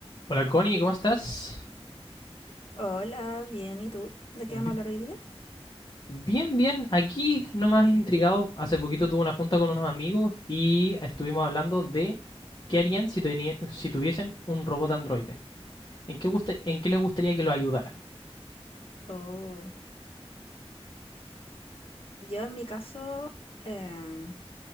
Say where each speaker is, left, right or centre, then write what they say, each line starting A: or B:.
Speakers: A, on the left; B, on the left.
A: Hola Connie, ¿cómo estás?
B: Hola, bien, ¿y tú? ¿De qué
A: Bi-
B: vamos a hablar hoy día?
A: Bien, bien. Aquí nomás intrigado. Hace poquito tuve una junta con unos amigos y estuvimos hablando de qué harían si, teni- si tuviesen un robot androide. ¿En qué, guste- en qué les gustaría que lo ayudara?
B: Oh, yo en mi caso em,